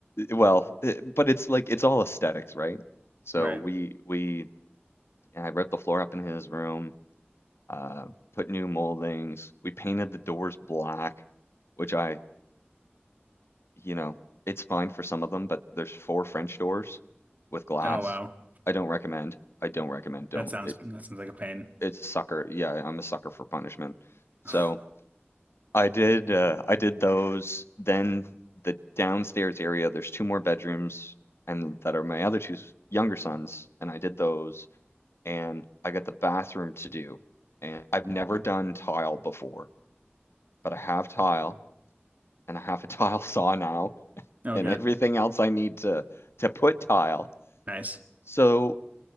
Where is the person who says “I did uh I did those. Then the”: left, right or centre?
Left